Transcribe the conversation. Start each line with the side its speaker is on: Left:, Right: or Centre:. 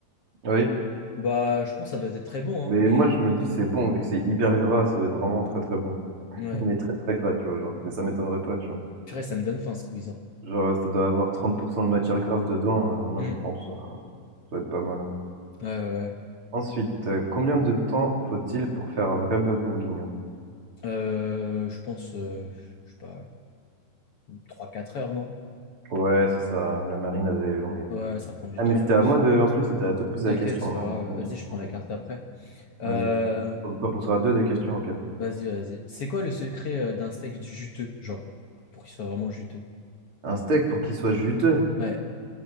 Right: Oui.
Left: Bah, je pense que ça doit être très bon,
Right: Mais
Left: hein, mais
Right: moi, je me dis, c'est bon, vu que c'est hyper gras, ça doit être vraiment très très bon. <laughs>
Left: ouais.
Right: Mais très très gras, tu vois, genre. Mais ça m'étonnerait pas, tu vois.
Left: Purée, ça me donne faim ce quiz. hein.
Right: Genre, ça doit avoir 30% de matière grasse dedans. euh, moi,
Left: Hmm.
Right: je pense, euh, ça doit être pas mal. hein.
Left: Ouais, ouais, ouais.
Right: Ensuite, euh, combien de temps faut-il pour faire un vrai bœuf bourguignon?
Left: Euh, je pense, euh, je sais pas, trois, quatre heures, non?
Right: Ouais, c'est ça, la marine elle est longue. hein.
Left: Ouais, ça prend du
Right: Ah,
Left: temps
Right: mais c'était
Left: en plus.
Right: à moi
Left: hein.
Right: de. En plus, c'était à toi de poser
Left: T'inquiète,
Right: la question,
Left: c'est
Right: hein,
Left: pas grave.
Right: non? Ok.
Left: Vas-y, je prends
Right: ok.
Left: la carte après. Euh,
Right: Vas-y. on T'en poseras deux des questions au pire.
Left: vas-y, vas-y. C'est quoi le secret euh, d'un steak juteux, genre, pour qu'il soit vraiment juteux?
Right: Un steak pour qu'il soit juteux.
Left: Ouais.